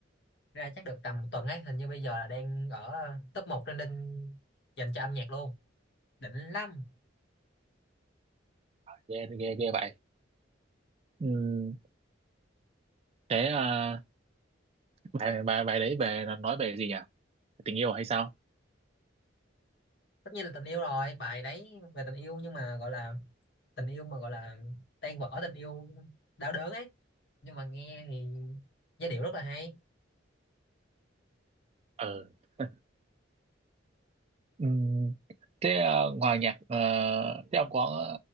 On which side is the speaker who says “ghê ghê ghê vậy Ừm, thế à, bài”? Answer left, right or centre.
Right